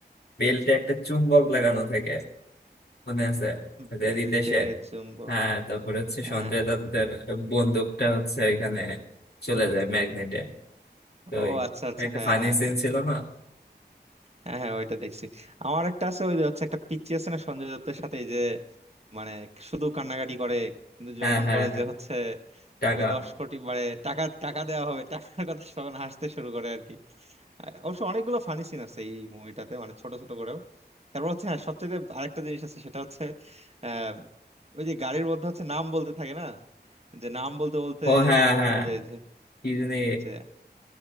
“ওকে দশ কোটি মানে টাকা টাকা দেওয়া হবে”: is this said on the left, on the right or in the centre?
Right